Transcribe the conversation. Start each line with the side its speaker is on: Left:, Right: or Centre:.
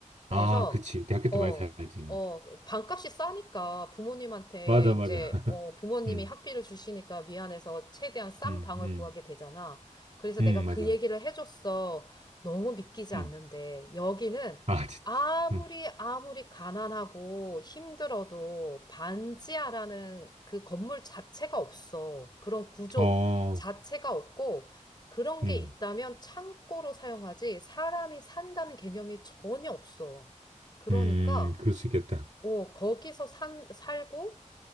Left: 그래서
Right: 아, 그치. 대학교
Left: 어,
Right: 때 많이 살지, 맞아.
Left: 어, 반값이 싸니까 부모님한테
Right: 맞아, 맞아.
Left: 이제
Right: <laughs>
Left: 어, 부모님이
Right: 응,
Left: 학비를 주시니까 미안해서 최대한 싼
Right: 응,
Left: 방을
Right: 응,
Left: 구하게 되잖아. 그래서
Right: 응,
Left: 내가
Right: 맞아.
Left: 그 얘기를 해줬어. 너무 믿기지
Right: 응.
Left: 않는데 여기는
Right: 아, 진짜.
Left: 아무리
Right: 응.
Left: 아무리 가난하고 힘들어도 반지하라는 그 건물 자체가 없어. 그런 구조
Right: 어,
Left: 자체가 없고 그런 게
Right: 응,
Left: 있다면 창고로 사용하지 사람이 산다는 개념이 전혀 없어. 그러니까
Right: 음, 그럴 수 있겠다.
Left: 어, 거기서 산, 살고